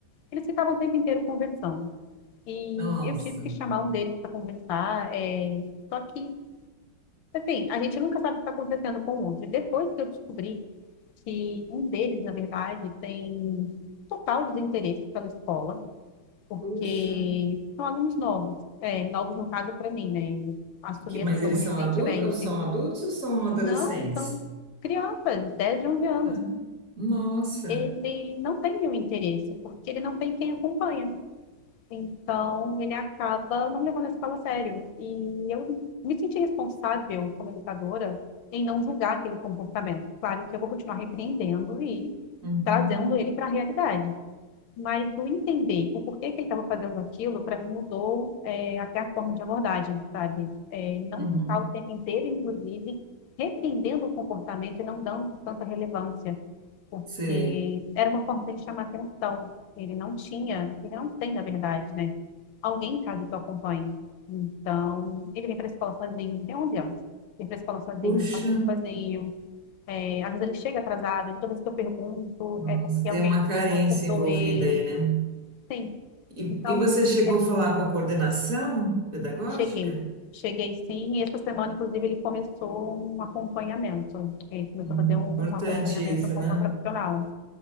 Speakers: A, on the left; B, on the right.
A: eles ficavam o tempo inteiro conversando. E
B: Nossa.
A: eu tive que chamar um deles para conversar, é, só que, assim, a gente nunca sabe o que está acontecendo com o outro. E depois que eu descobri que um deles, na verdade, tem total desinteresse pela escola, porque
B: Puxa.
A: são alunos novos, é, novos no caso para mim, né? Eu assumi
B: Que- mas
A: essa turma
B: eles
A: recentemente.
B: são adultos, ou são adultos ou são adolescentes?
A: Não, são crianças, 10 e 11 anos.
B: Ah, nossa.
A: Ele não tem nenhum interesse, porque ele não tem quem acompanha. Então, ele acaba não levando a escola a sério. E eu me senti responsável como educadora em não julgar aquele comportamento. Claro que eu vou continuar repreendendo e
B: Uhum,
A: trazendo ele para a realidade. mas o entender o porquê que ele estava fazendo aquilo, para mim mudou é, até a forma de abordagem, sabe? É, e não
B: uhum.
A: ficar o tempo inteiro, inclusive, repreendendo o comportamento e não dando tanta relevância, porque
B: Sei.
A: era uma forma dele chamar atenção. Ele não tinha, ele não tem, na verdade, né? Alguém em casa que o acompanhe. Então, ele vem para a escola sozinho, ele tem 11 anos. Vem para a escola sozinho,
B: Puxa,
A: passa tudo sozinho. É, às vezes ele chega atrasado, toda vez que eu pergunto
B: nossa,
A: é porque
B: tem
A: alguém
B: uma carência
A: acordou
B: envolvida
A: ele.
B: aí, né?
A: Sim,
B: E,
A: então,
B: e você chegou
A: é,
B: a falar com a coordenação pedagógica?
A: cheguei. Cheguei sim, e essa semana, inclusive, ele começou um acompanhamento. Ele começou
B: Hum,
A: a fazer um,
B: importante
A: um acompanhamento
B: isso,
A: com
B: né?
A: uma profissional.